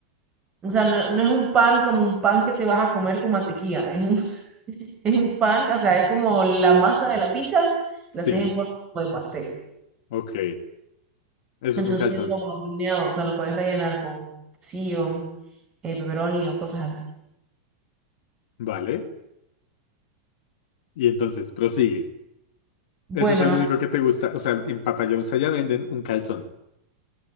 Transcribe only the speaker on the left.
Sí,
ok. Eso
es un calzón.
Vale. Y entonces, prosigue.
Ese es el único que te gusta. O sea, en Papa John's allá venden un calzón.